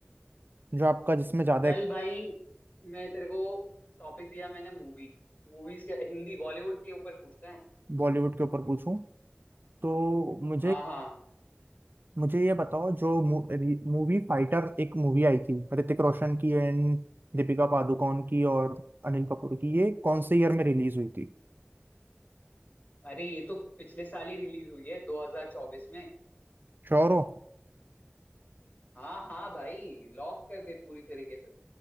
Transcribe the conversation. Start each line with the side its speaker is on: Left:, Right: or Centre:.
Right: जो आपका जिसमें ज्यादा
Left: चल भाई मैं तेरे को टॉपिक दिया मैंने मूवी मूवीज के हिंदी बॉलीवुड के ऊपर पूछ रहे हैं
Right: बॉलीवुड के ऊपर पूछूं तो मुझे
Left: हाँ हाँ
Right: मुझे ये बताओ जो मूवी फाइटर एक मूवी आई थी ऋतिक रोशन की एंड दीपिका पादुकोण की और अनिल कपूर की ये कौन से ईयर में रिलीज हुई थी
Left: अरे ये तो पिछले साल ही रिलीज हुई है 2024 में
Right: श्योर हो
Left: हाँ हाँ भाई लॉक कर दे पूरी तरीके से